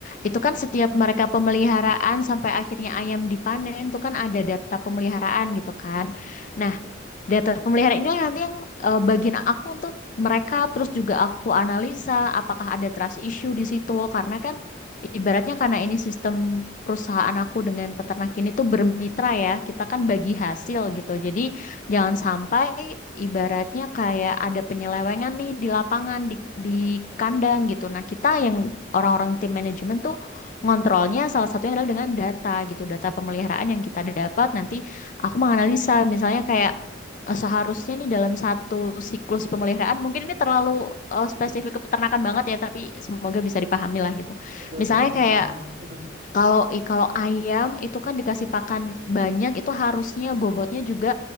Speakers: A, on the left; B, on the right.
A: itu kan setiap mereka pemeliharaan sampai akhirnya ayam dipanen itu kan ada data pemeliharaan gitu kan. Nah, data pemeliharaan ini nanti yang eh, bagian aku untuk mereka terus juga aku analisa apakah ada trust issue di situ karena kan ibaratnya karena ini sistem perusahaan aku dengan peternak ini tuh bermitra ya, kita kan bagi hasil gitu. Jadi jangan sampai ibaratnya kayak ada penyelewengan nih di lapangan di di kandang gitu. Nah, kita yang orang-orang tim manajemen tuh ngontrolnya salah satunya adalah dengan data gitu, data pemeliharaan yang kita dapat nanti aku menganalisa misalnya kayak eh, seharusnya nih dalam satu siklus pemeliharaan mungkin ini terlalu eh, spesifik ke peternakan banget ya tapi semoga bisa dipahami lah gitu.
B: Oke,
A: Misalnya
B: oke, aman,
A: kayak
B: aman, aman. <laughs>
A: kalau i- kalau ayam itu kan dikasih pakan banyak itu harusnya bobotnya juga